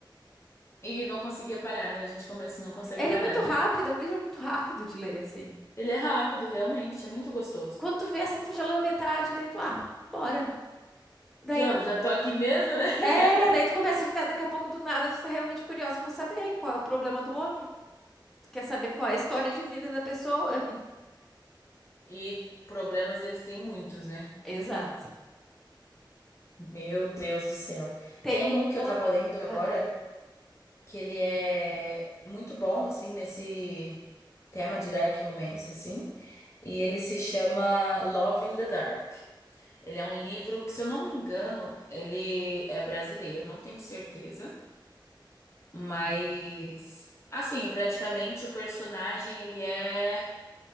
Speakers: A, on the left; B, in the centre.
A: E não conseguia parar, né? A gente começa e não consegue
B: É, Ele
A: parar,
B: é muito
A: né?
B: rápido, é um livro muito rápido de ler, assim.
A: Ele é rápido, realmente, é muito gostoso.
B: Quando tu vê assim, tu já leu a metade, daí tu, ah, bora. Daí
A: Já,
B: tu,
A: já tô aqui mesmo, né? <laughs>
B: é, daí tu começa a ficar daqui a pouco do nada, tu tá realmente curioso pra saber qual é o problema do homem. Tu quer saber qual é a história de vida da pessoa. <laughs>
A: E problemas eles têm muitos, né?
B: Exato.
A: Meu Deus do céu.
B: Tem
A: Tem
B: um
A: um que
B: outro.
A: eu tava lendo agora,
B: Ah, tá.
A: que ele é muito bom, assim, nesse tema de dark romance, assim. E ele se chama Love in the Dark. Ele é um livro que, se eu não me engano, ele é brasileiro, não tenho certeza. Mas, assim, praticamente o personagem, ele é